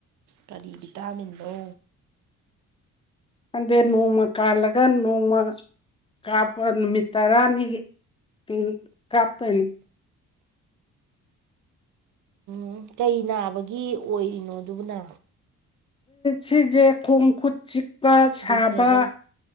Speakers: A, on the right; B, on the left.
A: ꯀꯔꯤ ꯚꯤꯇꯥꯃꯤꯟꯅꯣ
B: ꯈꯪꯗꯦ ꯅꯣꯡꯃ ꯀꯥꯜꯂꯒ ꯅꯣꯡꯃ ꯀꯥꯞꯄ ꯅꯨꯃꯤꯠ ꯇꯔꯥꯅꯤꯒꯤ ꯎꯝ ꯀꯥꯞꯇꯨꯢꯅꯤ
A: ꯎꯝ ꯀꯩ ꯅꯥꯕꯒꯤ ꯑꯣꯏꯔꯤꯅꯣ ꯑꯗꯨꯕꯨꯅ
B: ꯁꯤꯖꯦ ꯈꯣꯡ ꯈꯨꯨꯠ ꯆꯤꯛ ꯆꯤꯛꯄ ꯁꯥꯕ
A: ꯗꯤꯁꯑꯦꯕꯜ